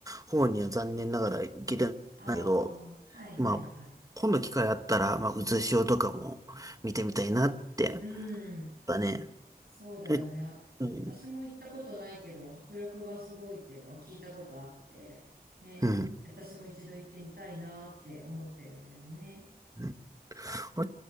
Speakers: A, on the right; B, on the right.
A: 方には残念ながら行けてないけど、
B: ああ、はいはいはい。
A: まあ、今度機会あったら、まあ、うつしおとかも見てみたいなって。やっ
B: うん。
A: ぱね。
B: そうだよね。
A: え、
B: あ私も行ったことないけど、
A: うん。
B: 迫力がすごいっていうのは聞いたことあって、ね、
A: うん
B: い私も一度行ってみたいなって思ってるんだよね。
A: うんあ